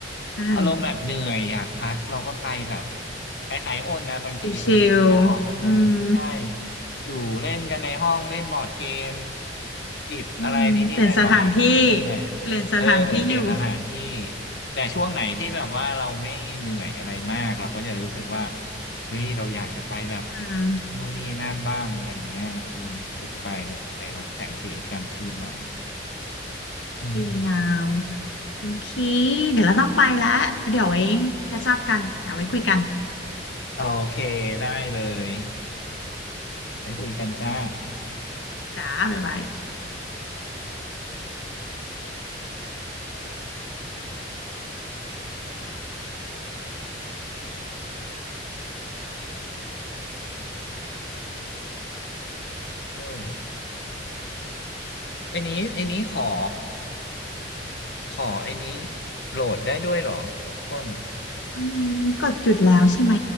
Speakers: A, on the left (about 80°); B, on the left (about 65°).
A: ใช่
B: อารมณ์แบบเหนื่อยอยากพักเราก็ไปแบบคล้ายๆโนนะบางทีเออไม่อยากออกไปไหนใช่
A: ชิลๆอืม
B: อยู่เล่นกันในห้องเล่นบอร์ดเกมจิบอะไรนิดๆหน่อยๆแค่นั้นแหละ
A: อืมเปลี่ยนสถานที่เปลี่ยนสถานที่อยู่
B: เออเหมือนเปลี่ยนสถานที่แต่ช่วงไหนที่แบบว่าเราไม่เหนื่อยอะไรมากเราก็จะรู้สึกว่าเฮ้ยเราอยากจะไปแบบ
A: <laughs> อืม
B: นู่นนี่นั่นบ้างอะไรเงี้ยเออก็จะไปแบบแนวแสงสีกลางคืนหน่อยอืม
A: ดีงามคุณคีเดี๋ยวเราต้องไปแล้วเดี๋ยวไว้แคชอัพกันเดี๋ยวไว้คุยกัน
B: โอเคได้เลยไปคุยกันจ้า
A: จ้าบ๊ายบาย
B: อืมไอ้นี้ไอ้นี้ขอขอไอ้นี้โหลดได้ด้วยเหรอต้น
A: วันนี้กดหยุดแล้วใช่ไหม